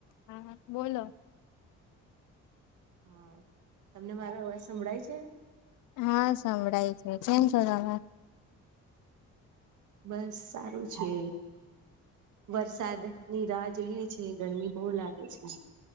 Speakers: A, on the left; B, on the right.
A: હા હા બોલો.
B: હા, તમને મારો અવાજ સંભળાય છે?
A: હા, સંભળાય છે કેમ છો લાલા?
B: બસ સારું છે. વરસાદની રાહ જોઈએ છીએ, ગરમી બહુ લાગે છે.